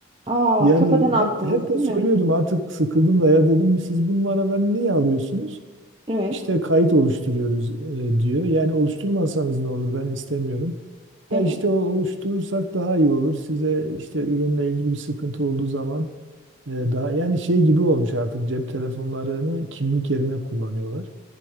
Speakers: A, on the right (about 25°); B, on the right (about 80°).
A: Aa,
B: Yani
A: kafadan attınız,
B: hep hep de
A: değil
B: soruyordum
A: mi?
B: artık sıkıldım da ya dedim siz bu numaraları niye alıyorsunuz?
A: Evet,
B: İşte kayıt oluşturuyoruz e, diyor. Yani oluşturmasanız ne olur ben istemiyorum.
A: evet,
B: Ya işte o oluşturursak daha iyi olur. Size işte ürünle ilgili bir sıkıntı olduğu zaman e, daha yani şey gibi olmuş artık cep telefonlarını kimlik yerine kullanıyorlar.